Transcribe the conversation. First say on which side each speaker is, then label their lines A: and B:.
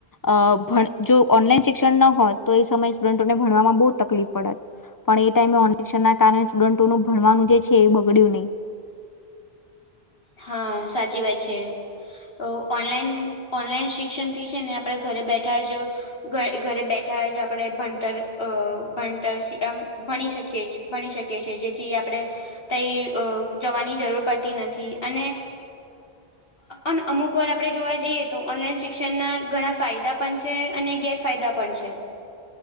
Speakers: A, on the left (about 25°); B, on the left (about 60°).
A: અ ભણ જો ઓનલાઈન શિક્ષણ ન હોત તો એ સમયે સ્ટુડન્ટોને ભણવામાં બહુ તકલીફ પડત. પણ એ ટાઈમે ઓન શિક્ષણને ના કારણે સ્ટુડન્ટોનું ભણવાનું જે છે એ બગડ્યું નય..
B: હા સાચી વાત છે. ઓ ઓનલાઈન ઓનલાઈન શિક્ષણ થી છે ને આપણેે ઘરે બેઠા જ. ઘ ઘરે બેઠા જ આપણે ભણતર અ ભણતર આમ. ભણી શકી ભણી શકીએ છીએ જેથી આપણે. કઈ જવાની જરૂર પડતી નથી અને. અને અમુક વાર આપણે જોવા જઈએ તો ઓનલાઈન શિક્ષણના ઘણા ફાયદા પણ છે અને ગેરફાયદા. પણ છે.